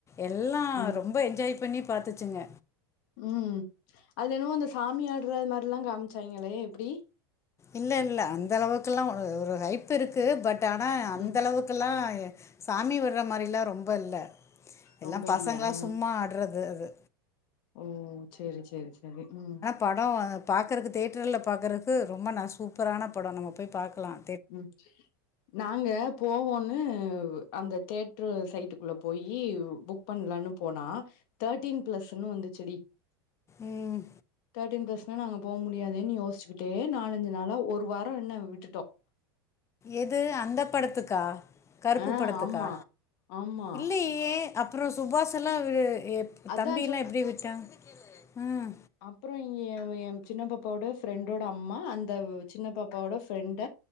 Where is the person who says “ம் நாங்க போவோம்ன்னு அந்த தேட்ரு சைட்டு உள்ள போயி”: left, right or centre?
Left